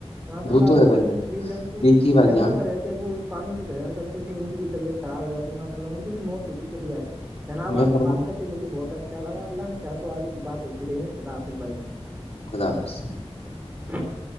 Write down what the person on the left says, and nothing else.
وہ
ہے
بھائی جان
دیکھیے بھائی
جان
میں
فرما
خدا حافظ